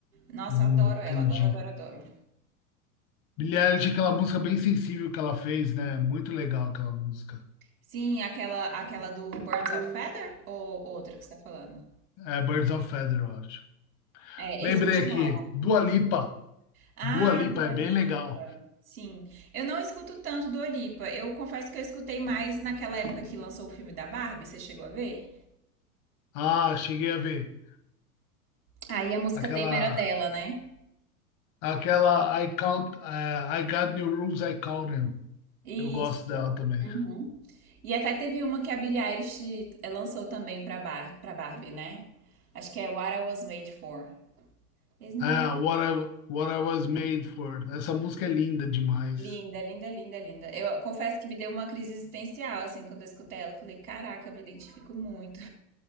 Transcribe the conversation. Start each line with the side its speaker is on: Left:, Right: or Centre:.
Right: Nossa,
Left: hum,
Right: eu adoro ela,
Left: entendi.
Right: adoro, adoro, adoro.
Left: Billie Eilish é aquela música bem sensível que ela fez, né? Muito legal aquela música.
Right: Sim, aquela, aquela do Birds of Feather ou outra que você tá falando?
Left: É Birds of Feather, eu acho.
Right: É,
Left: Lembrei
Right: esse último
Left: aqui,
Right: álbum.
Left: Dua Lipa.
Right: Ah,
Left: Dua Lipa
Right: Dua
Left: é bem
Right: Lipa.
Left: legal.
Right: Sim. Eu não escuto tanto Dua Lipa. Eu confesso que eu escutei mais naquela época que lançou o filme da Barbie, você chegou a ver?
Left: Ah, cheguei a ver.
Right: Aí a música
Left: Aquela
Right: tema era dela, né?
Left: Aquela I count, eh, I got new rules, I count them.
Right: Isso.
Left: Eu gosto dela também.
Right: Uhum. E até teve uma que a Billie Eilish eh, lançou também pra, Bar pra Barbie, né? Acho que é What I Was Made For. It's not
Left: Ah, What I, What I was made for. Essa música é linda demais.
Right: Linda, linda, linda, linda. Eu confesso que me deu uma crise existencial, assim, quando eu escutei ela. Eu falei, caraca, eu me identifico muito.